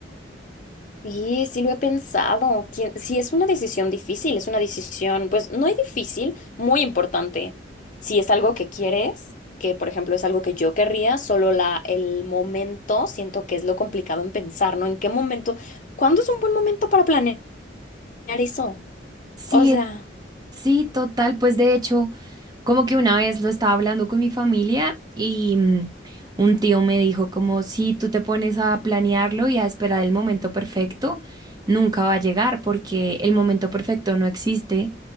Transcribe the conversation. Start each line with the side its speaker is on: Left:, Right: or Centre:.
Left: Sí, sí lo he pensado. ¿Quién- Sí, es una decisión difícil, es una decisión, pues no es difícil, muy importante. Si es algo que quieres, que por ejemplo es algo que yo querría, solo la, el momento siento que es lo complicado en pensar, ¿no? ¿En qué momento? ¿Cuándo es un buen momento para planear eso?
Right: Sí,
Left: O sea.
Right: Sí, total, pues de hecho, como que una vez lo estaba hablando con mi familia y mm, un tío me dijo como si tú te pones a planearlo y a esperar el momento perfecto, nunca va a llegar porque el momento perfecto no existe,